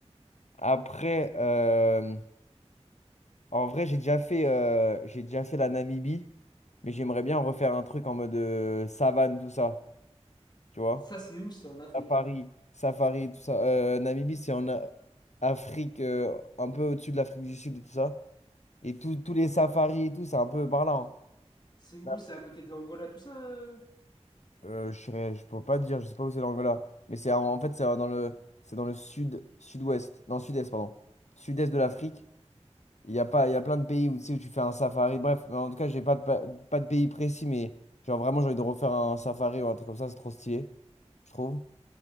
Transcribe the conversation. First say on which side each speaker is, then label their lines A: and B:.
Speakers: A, on the left; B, on the left.
A: Après, euh, En vrai, j'ai déjà fait, euh, j'ai déjà fait la Namibie, mais j'aimerais bien refaire un truc en mode euh, savane, tout ça. Tu vois?
B: Ça, c'est où? C'est en Afrique?
A: Safari, safari, tout ça. Euh, Namibie, c'est en A- Afrique, euh, un peu au-dessus de l'Afrique du Sud, et tout ça. Et tout- tous les safaris et tout, c'est un peu par là. hein.
B: C'est où?
A: Là,
B: C'est à côté de l'Angola, tout ça? euh?
A: euh, je serais- je peux pas te dire, je sais pas où c'est l'Angola. Mais c'est en, en fait, c'est dans le, c'est dans le sud, sud-ouest. Non, sud-est, pardon. Sud-est de l'Afrique. Il y a pas, il y a plein de pays où, tu sais, où tu fais un safari. Bref, mais en tout cas, j'ai pas de, pa- pas de pays précis, mais genre vraiment, j'ai envie de refaire un safari ou un truc comme ça, c'est trop stylé, je trouve.